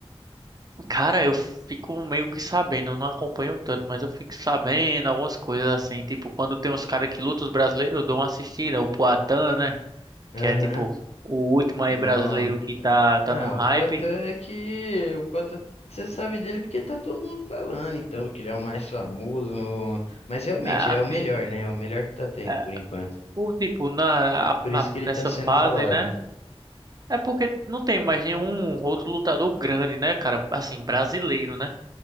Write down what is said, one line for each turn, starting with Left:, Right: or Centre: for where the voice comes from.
Right: Cara, eu fico meio que sabendo, eu não acompanho tanto, mas eu fico sabendo algumas coisas assim. Tipo, quando tem uns caras que lutam, os brasileiros, eu dou uma assistida. O Poatan, né?
Left: Aham.
Right: Que é, tipo, o último aí
Left: Nó.
Right: brasileiro que tá, tá
Left: Ah,
Right: no hype.
Left: o Poatan é que. O Poatan, você sabe dele porque tá todo mundo falando, então, que ele é o mais famoso. Mas realmente,
Right: É,
Left: ele
Right: assim,
Left: é o melhor, né? É O melhor que tá tendo
Right: é,
Left: por enquanto.
Right: o tipo, na, a-
Left: Por
Right: na-
Left: isso que ele
Right: nessa
Left: tá sendo
Right: fase,
Left: falado.
Right: né? É porque não tem mais nenhum outro lutador grande, né, cara? Assim, brasileiro, né?